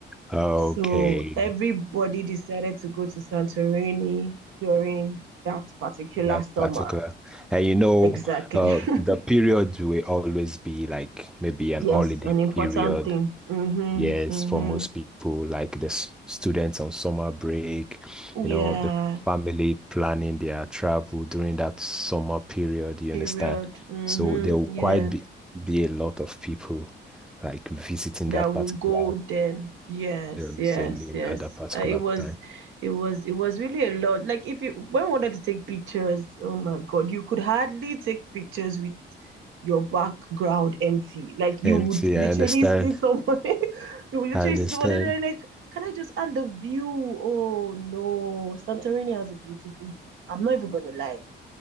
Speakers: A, in the centre; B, on the right.
A: okay.
B: So everybody decided to go to Santorini during that particular
A: That
B: summer.
A: particular. And you know,
B: Exactly.
A: uh
B: <laughs>
A: the period will always be like maybe an
B: Yes,
A: holiday
B: an important
A: period
B: thing. Mm-hmm.
A: Yes,
B: Mm-hmm.
A: for most people, like the s- students on summer break,
B: Yeah.
A: you know, the family planning their travel during that summer period, you
B: Period.
A: understand?
B: Mm-hmm.
A: So there will quite
B: Yeah.
A: be, be a lot of people like visiting
B: that
A: that particular
B: will go then. Yes,
A: um,
B: yes,
A: venue
B: yes.
A: at that particular
B: Uh, it was,
A: time.
B: it was, it was really a lot. Like if you when we wanted to take pictures, oh my God, you could hardly take pictures with your background empty. Like you
A: And
B: would
A: see,
B: literally
A: I understand.
B: see somebody, <laughs> you would literally
A: I understand.
B: see somebody and they're like, can I just add the view? Oh no, Santorini has a beautiful view. I'm not even gonna lie.